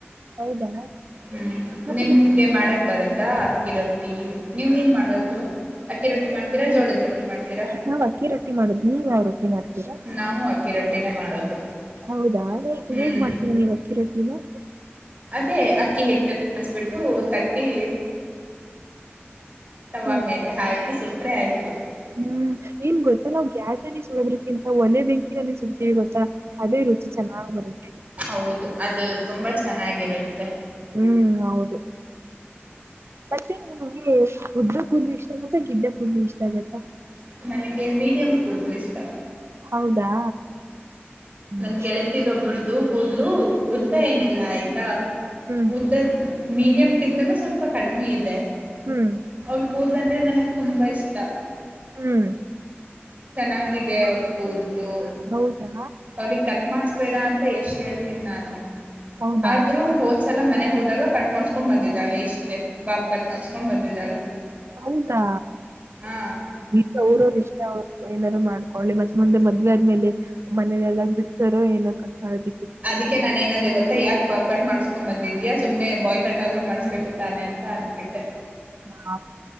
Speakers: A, on the right; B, on the right.
A: ಹೌದಾ.
B: ಹ್ಮ್
A: ಮತ್ತೆ
B: ನಿಮ್ಗೆ ಮಾಡಕ್ ಬರತ್ತಾ ಅಕ್ಕಿ ರೊಟ್ಟಿ ನೀವ ಏನ್ ಮಾಡೋದು ಅಕ್ಕಿ ರೊಟ್ಟಿ ಮಾಡ್ತಿರೋ ಜೋಳದ ರೊಟ್ಟಿ ಮಾಡ್ತೀರಾ
A: ನಾವ್ ಅಕ್ಕಿ ರೊಟ್ಟಿ ಮಾಡುದ್ ನೀವ ಯಾವ ರಟ್ಟಿ ಮಾಡ್ತೀರಾ
B: ನಾವು ಅಕ್ಕಿ ರೊಟ್ಟಿನೇ ಮಾಡೋದು
A: ಹೌದಾ
B: ಹ್ಮ್
A: ಹೇಗ್ ಮಾಡ್ತೀಿ ನೀವ ಅಕ್ಕಿ ರೊಟ್ಟಿನ
B: ಅದೇ ಅಕ್ಕಿ ಹಿಟ್ಟು ಕಲಿಸ್ಬಿಟ್ಟ ತಟ್ಟಿ ತವಾ
A: ಹ್ಮ್
B: ಮೇಲೆ ಹಾಕಿ ಸುಟ್ರೆ ಆಯ್ತು
A: ಹ್ಮ್ ಏನ್ ಗೊತ್ತಾ ನಾವ್ ಗ್ಯಾಸ ಅಲ್ಲಿ ಸುಡೋದ್ರಕ್ಕಿಂತ ಒಲೆ ಬೆಂಕಿನಲ್ಲಿ ಸುಡ್ತೀವಿ ಗೊತ್ತಾ ಅದೇ ರುಚಿ ಚೆನ್ನಾಗ್ ಬರುತ್ತ
B: ಹೌದು ಅದು ತುಂಬಾ ಚೆನ್ನಾಗಿರುತ್ತೆ
A: ಹ್ಮ್ ಹೌದು ಮತ್ತೆ ನಿಮಗೆ ಉದ್ದ ಕೂ ಇಷ್ಟ ಆಗತ್ತ ಗಿಡ್ ಕೂುದಲು ಇಷ್ಟ ಆಗತ್ತಾ
B: ನನಗೆ ಮೀಡಿಯಂ ಕೂದಲು ಇಷ್ಟ
A: ಹೌದಾ ಹ್ಮ್
B: ನನ್ ಗೆಳತಿದ ಒಬ್ರ್ದು ಕೂದ್ಲು ಉದ್ದ ಏನಿಲ್ಲ ಆಯ್ತಾ
A: ಹ್ಮ್
B: ಉದ್ದದ ಮೀಡಿಯಂ ಕಿಂತನೂ ಸ್ವಲ್ಪ ಕಡಿಮೆ ಇದೆ
A: ಹ್ಮ್
B: ಅವ್ಳ ಕೂದ್ಲ ಅಂದ್ರೆ ನನಗ್ ತುಂಬಾ ಇಷ್ಟ
A: ಹ್ಮ್
B: ಚೆನ್ನಾಗಿದೆ ಅವ್ಳ ಕೂದ್ಲು
A: ಹೌದಾ
B: ಅವಳಿಗೆ ಕ ಮಾಡಸ್ಬೇಡ ಅಂತ ಎಷ್ಟ್ ಹೇಳ್ತೀನಿ ನಾನು
A: ಹೌದಾ
B: ಆದ್ರೂ ಹ ಒಂದ್ಸಲ ಮನೆ ಹೋದಾಗ ಕಟ್ ಮಾಡಸ್್ಕೊಂಡು ಬಂದಿದ್ದಾಳೆ ಇಷ್ಟೇ ಬಾಬ ಕಟ್ ಮಾಡಸ್ಕೊಂಡು ಬಂದಿದ್ದಾಳೆ
A: ಹೌದಾ
B: ಹಾ
A: ಕ್ ಊರೌರ್ ಇಷ್ಟ ಅವ್ ಏನಾರು ಮಾಡ್ಕೊಳ್ಳಿ ಮತ್ತೆ ಮುಂದೆ ಮದ್ವೆ ಆದ್ಮೇಲೆ ಮನೇಲೆಲ್ಲ ಬಿಡ್ತಾರೋ ಏನು ಕಸಾಗಿ
B: ಅದಕ್ಕೆ ನನ್ ಏನಂದೆ ಗೊತ್ತ ಯಾಕ ಬಾಬ್ ಕಟ್ ಮಾಡ್ಸ್ಕೊಂಡ್ ಬಂದಿದ್ಯಾಾ ಸುಮ್ಮನೆ ಬಾಯ್ ಕಟ್ ಆದ್ರು ಮಾಡ್ಬೇಕು ತಾನೆ ಅಂತ ಅಂದ್ಬಿಟ್ಟೆ
A: ಪಾಪ